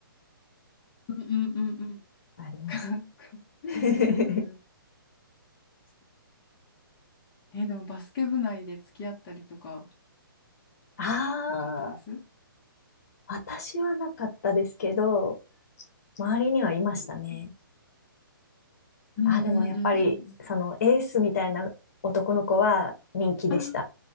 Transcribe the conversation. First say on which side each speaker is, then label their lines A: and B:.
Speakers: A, on the left (about 15°); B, on the left (about 45°).
A: うんうんうん
B: ありました。
A: うん。<laughs>
B: <laughs>
A: なるほど。え、でもバスケ部内で付き合ったりとか
B: ああ、
A: なかったですう
B: 私はなかったですけど、周りにはいましたね。
A: んうんうんうん
B: あ、でもやっぱり、そのエースみたいな男の子は人気でした。
A: うん。